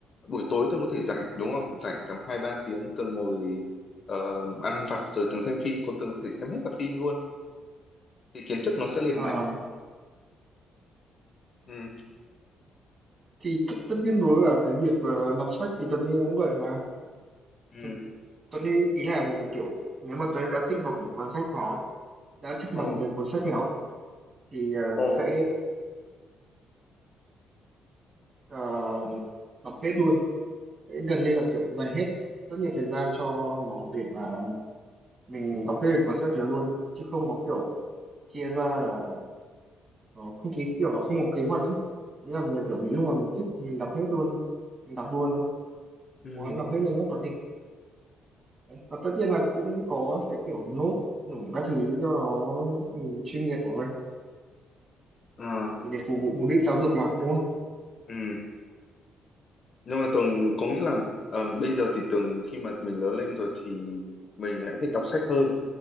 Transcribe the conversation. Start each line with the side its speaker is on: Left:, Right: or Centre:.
Left: buổi tối tường có thể rảnh đúng không rảnh tầm hai ba tiếng tường ngồi ờ, ăn vặt rồi tường xem phim còn tường có thể xem hết cả phim luôn thì kiến thức nó sẽ liền
Right: Ờ,
Left: mạch ừ.
Right: thì tất, tất nhiên đối với cả cái việc ờ, đọc sách thì Tuấn Huy cũng vậy mà
Left: Ừ.
Right: Tu- Tuấn Huy ý là kiểu nếu mà Tuấn Huy đã thích đọc một cuốn sách nào ấy, đã thích đọc
Left: ừ
Right: về cuốn sách nào ấy, thì ờ,
Left: ừ
Right: sẽ ờ, đọc hết luôn Sẽ gần như là kiểu dành hết rất nhiều thời gian cho nó để mà mình đọc hết cuốn sách đó luôn chứ không có kiểu chia ra là ờ, không ý kiểu là không có kế hoạch ấy ý là mình kiểu mình lúc nào mình thích thì mình đọc hết luôn ấy. mình đọc luôn thôi
Left: ừ
Right: muốn đọc hết nhanh nhất có thể Đấy, Và tất nhiên là cũng có sẽ kiểu nốt nủng các thứ cho nó nhìn chuyên nghiệp của mình
Left: à
Right: Thì để phục vụ mục đích giáo dục mà đúng không?
Left: ừ nhưng mà Tường có nghĩa là ờ, bây giờ thì Tường khi mà mình lớn lên rồi thì mình lại thích đọc sách hơn